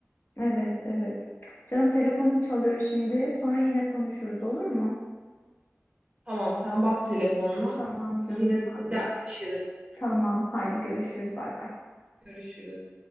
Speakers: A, on the left; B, on the right.
A: Evet, evet. Canım telefonum çalıyor şimdi. Sonra yine konuşuruz olur mu?
B: Tamam sen bak telefonla
A: Tamam canım.
B: yine
A: Ha,
B: dertleşiriz,
A: tamam. Haydi görüşürüz. Bay bay.
B: görüşürüz.